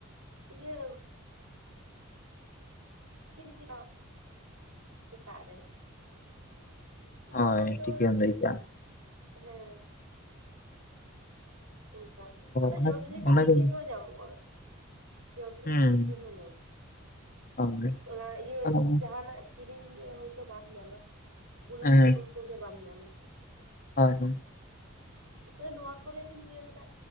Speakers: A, on the right; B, on the left.
A: ᱤᱭᱟᱹ <unintelligible> ᱥᱮᱛᱟᱜ ᱨᱮ᱾ ᱛᱤᱠᱤᱱ
B: ᱠᱷᱟᱱ᱾ ᱦᱳᱭ
A: ᱵᱚᱞᱛᱮ
B: ᱴᱷᱤᱠ
A: ᱳᱭ
B: ᱜᱮᱢ ᱞᱟᱹᱭ ᱠᱮᱜᱼᱟ
A: ᱦᱮᱸ᱾ ᱚᱱᱠᱟ ᱟᱫᱚ
B: ᱚᱱᱟ
A: ᱡᱚᱵᱤᱞᱤ ᱫᱚ
B: ᱚᱱᱟᱜᱤᱧ
A: ᱛᱤᱠᱤᱱ ᱨᱮᱦᱚᱸ ᱧᱟᱢᱚᱜᱼᱟ ᱡᱚᱢ ᱧᱩ
B: ᱦᱩᱸ
A: ᱫᱚ ᱛᱤᱠᱤᱱ ᱦᱚᱸ ᱧᱟᱢᱚᱜᱼᱟ
B: ᱦᱳᱭ
A: ᱚᱱᱟ ᱤᱭᱟᱹ
B: ᱟᱫᱚ
A: ᱡᱟᱦᱟᱱᱟᱜ ᱠᱤᱨᱤᱧ ᱜᱮ ᱦᱳᱭᱛᱚ ᱵᱟᱢ ᱧᱟᱢᱟ ᱵᱩᱞᱩᱝ
B: ᱦᱮᱸ
A: ᱥᱩᱱᱩᱢ ᱠᱚᱜᱮ ᱵᱟᱢ ᱧᱟᱢᱟ,
B: ᱦᱳᱭ ᱦᱳᱭ
A: ᱛᱟᱹᱣ ᱱᱚᱣᱟ ᱠᱚᱨᱮ ᱫᱩᱧ ᱧᱮᱞ ᱫᱟ᱾